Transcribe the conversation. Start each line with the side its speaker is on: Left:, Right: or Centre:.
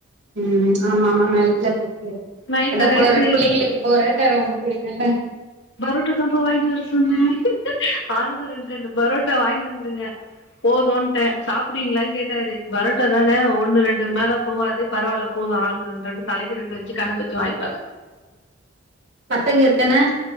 Right: ம் ஆமா ஆமா நைட்ல தெரியாது
Left: நைட்ல
Right: அதா
Left: ரைஸ்
Right: போரட் புள்ளைங்ளுக்கு போரட் டா ரொம்ப புடிக்கும்ல்ல
Left: பரோட்டா தான்ப்பா வாய்ங்ட்டு வர சொன்ன ஆளுக்கு ரெண்ட் ரெண்ட் டு பரோட்டா வாய்ங்ன் வந்துருங்க போதுன்ட்ட சாப்டுவீங்களான் கேட்டாரு பரோட்டா தான ஒன்னு ரெண்டுக் மேல போவாது பரவால்ல போது ஆளுக்கு ரெண் ரெண்டு தலைக்கு ரெண்டு வச்சு கணக்கு வச்சு வாய்ங்ட்
Right: பசங்க எத்தன